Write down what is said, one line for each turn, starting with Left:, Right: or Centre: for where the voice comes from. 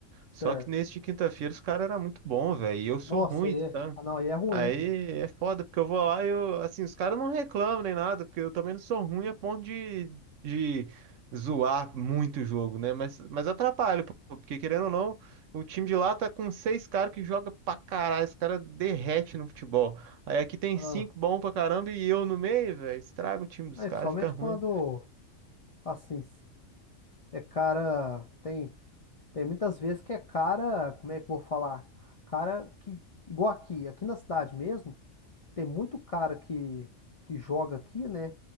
Left: certo.
Right: Só que nesse de quinta-feira os caras eram muito bons, velho. E eu sou
Left: Nossa,
Right: ruim,
Left: aí é.
Right: tá?
Left: Ah, não, aí é ruim,
Right: Aí
Left: né?
Right: é foda, porque eu vou lá e eu, assim, os caras não reclamam nem nada, porque eu também não sou ruim a ponto de, de zoar muito o jogo, né? Mas, mas atrapalha, pô, porque querendo ou não, o time de lá tá com seis caras que joga pra caralho, esse cara derrete no futebol. Aí aqui tem
Left: Ah,
Right: cinco bom pra caramba e eu no meio, velho, estraga o time dos
Left: aí,
Right: caras,
Left: principalmente
Right: fica ruim.
Left: quando, assim, é cara. Tem, tem muitas vezes que é cara. Como é que eu vou falar? Cara que. Igual aqui, aqui na cidade mesmo. tem muito cara que, que joga aqui, né?